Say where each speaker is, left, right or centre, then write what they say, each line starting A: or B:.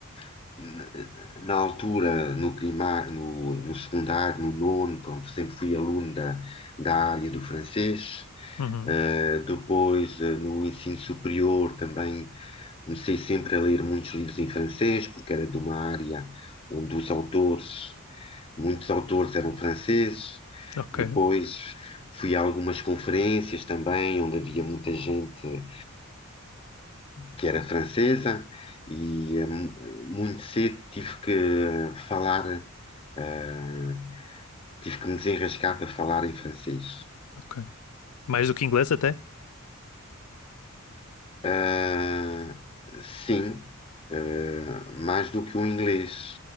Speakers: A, on the left; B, on the left.
A: na na altura, no primário, no, no secundário, no nono, pronto, sempre fui aluno da, da área do francês.
B: Uhum.
A: Eh, depois, eh, no ensino superior, também comecei sempre a ler muitos livros em francês, porque era de uma área onde os autores, muitos autores eram franceses.
B: Ok,
A: Depois, fui a algumas conferências também, onde havia muita gente que era francesa, e eh, mu- muito cedo tive que eh, falar, eh, tive que me desenrascar para falar em francês.
B: ok. Mais do que inglês até?
A: Ah, sim, ah, mais do que o inglês,